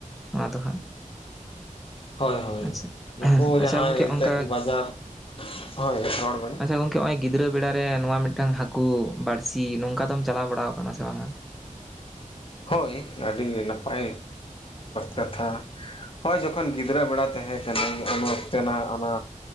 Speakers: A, in the centre; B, on the left.
A: ᱱᱚᱣᱟ ᱫᱚ ᱦᱟᱸᱜ
B: ᱦᱳᱭ ᱦᱳᱭ
A: ᱟᱪᱪᱷᱟ
B: ᱱᱩᱠᱩ
A: ᱟᱪᱪᱷᱟ
B: ᱡᱟᱦᱟ
A: ᱜᱚᱝᱠᱮ
B: ᱮᱱᱛᱮᱫ
A: ᱚᱱᱠᱟ
B: ᱵᱟᱡᱟᱨ ᱦᱳᱭ ᱨᱚᱲ ᱵᱮᱱ
A: ᱟᱪᱷᱟ ᱜᱚᱝᱠᱮ ᱱᱚᱜ ᱚᱭ ᱜᱤᱫᱽᱨᱟᱹ ᱵᱮᱲᱟ ᱨᱮ ᱱᱚᱶᱟ ᱢᱤᱫᱴᱟᱝ ᱦᱟᱹᱠᱩ ᱵᱟᱹᱲᱥᱤ ᱱᱚᱝᱠᱟ ᱫᱚᱢ ᱪᱟᱞᱟᱣ ᱵᱟᱲᱟ ᱟᱠᱟᱱᱟ ᱥᱮ ᱵᱟᱝᱟ
B: ᱦᱳᱭ ᱟᱹᱰᱤ ᱱᱟᱯᱟᱭ ᱠᱟᱛᱷᱟ ᱦᱳᱭ ᱡᱚᱠᱷᱚᱱ ᱜᱤᱫᱽᱨᱟᱹ ᱵᱮᱲᱟ ᱛᱟᱦᱮ ᱠᱟ ᱩᱱ ᱚᱠᱛᱮ ᱱᱟᱜ ᱚᱱᱟ